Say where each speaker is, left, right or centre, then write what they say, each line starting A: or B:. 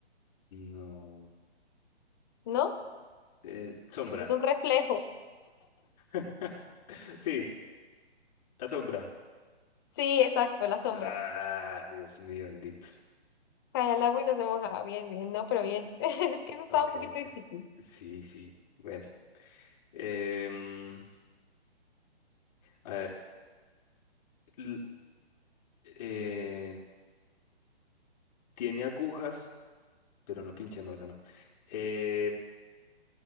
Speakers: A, on the left; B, on the left.
A: no,
B: ¿no?
A: Eh, sombra.
B: Es un reflejo.
A: <laughs> Sí, la sombra.
B: Sí, exacto, la sombra.
A: Ah, Dios mío, bendito.
B: Cae al agua y no se moja. Bien, bien, no, pero bien. <laughs> Es que eso estaba
A: Ok,
B: un poquito
A: ok.
B: difícil.
A: Sí, sí. Bueno. Em, a ver. l- eh, tiene agujas, pero no pincha, no, esa no. Eh,